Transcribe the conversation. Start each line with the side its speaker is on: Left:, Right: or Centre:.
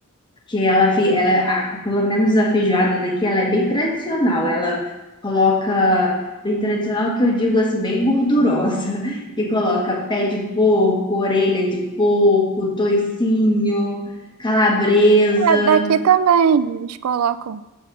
Left: Que ela, fi- ela, a- pelo menos a feijoada daqui, ela é bem tradicional. Ela coloca, bem tradicional que eu digo assim, bem gordurosa. <laughs> Que coloca pé de porco, orelha de porco, toicinho, calabresa
Right: É, daqui também, eles colocam.